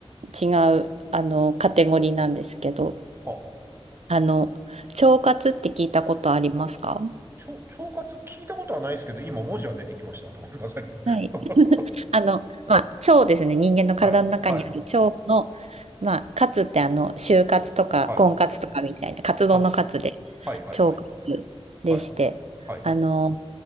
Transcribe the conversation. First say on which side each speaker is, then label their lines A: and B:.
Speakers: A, on the right; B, on the right.
A: 違う、あの、カテゴリーなんですけど、
B: あ、
A: あの、腸活って聞いたことありますか
B: ちょ、腸活聞いたことはないですけど、今文字は出てきました、頭の中に。
A: はい。
B: <laughs>
A: <laughs> あの、まあ、腸ですね。人間の体の中にある腸の、
B: はい、はい、
A: まあ、カツってあの、就活とか、
B: はい。
A: 婚活とかみたいな、カツ丼のカツで、
B: あ、はい、はい、
A: 腸活でして、
B: はい、はい、はい、
A: あの、